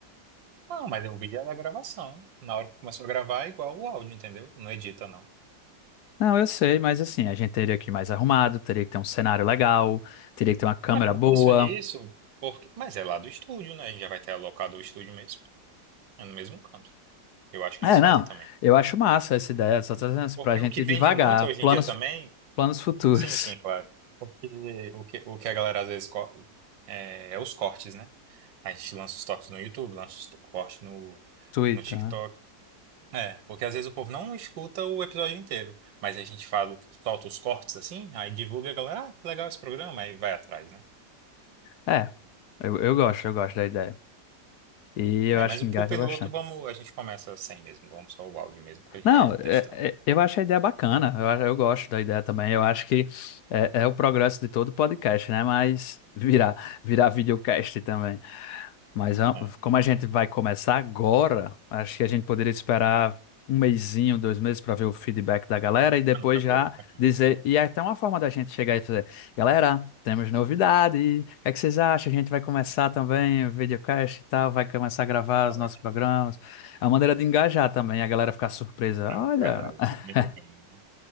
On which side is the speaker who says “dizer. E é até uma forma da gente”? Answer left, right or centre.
Left